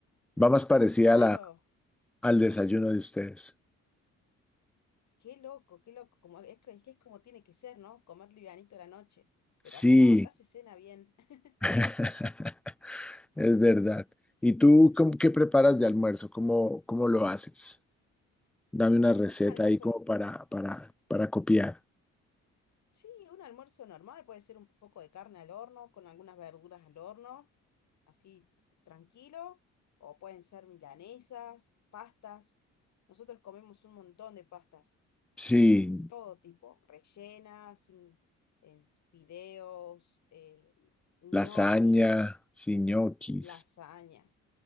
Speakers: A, in the centre; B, on the left.
A: Va más parecida
B: claro.
A: a la, al desayuno de ustedes.
B: Qué loco, qué loco. Como, es, que es que es como tiene que ser, ¿no? Comer livianito a la noche. Pero
A: Sí,
B: acá no, acá se cena bien. <laughs>
A: <laughs> es verdad. ¿Y tú cómo- qué preparas de almuerzo? ¿Cómo, cómo lo haces? Dame una receta
B: Un almuerzo,
A: ahí como para, para, para copiar.
B: sí, un almuerzo normal. Puede ser un poco de carne al horno, con algunas verduras al horno, así tranquilo. O pueden ser milanesas, pastas. Nosotros comemos un montón de pastas,
A: Sí,
B: eh, todo tipo, rellenas, sin- en fideos, eh, ñoquis,
A: lasaña, sí, ñoquis.
B: lasaña.